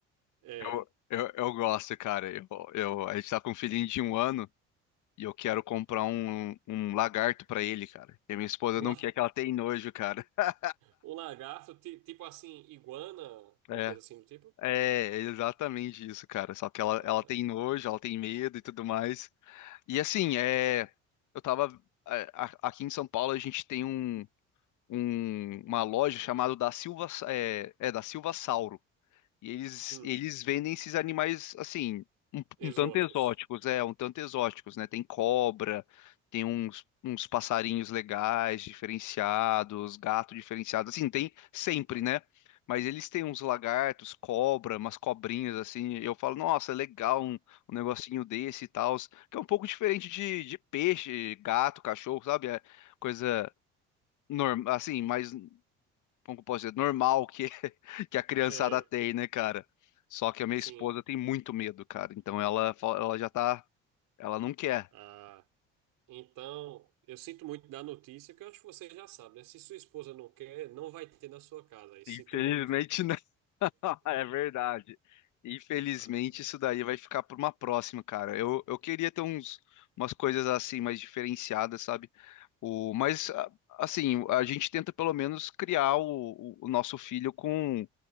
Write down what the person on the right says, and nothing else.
É.
Um,
la-
um lagarto, ti- tipo assim, iguana, uma
coisa assim do tipo.
Ah,
hum,
exóticos.
É,
sim.
Ah, então, eu sinto muito da notícia, que eu acho que você já sabe, né? Se sua esposa não quer, não vai ter na sua casa. E sinto
muito.
Ah,